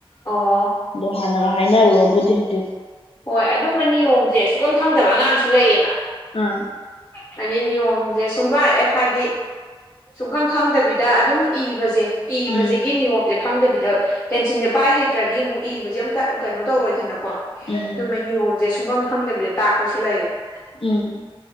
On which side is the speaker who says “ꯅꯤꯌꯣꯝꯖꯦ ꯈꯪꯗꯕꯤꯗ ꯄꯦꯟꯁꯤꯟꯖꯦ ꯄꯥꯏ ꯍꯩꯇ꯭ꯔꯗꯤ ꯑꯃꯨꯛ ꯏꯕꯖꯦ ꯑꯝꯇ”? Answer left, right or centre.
Left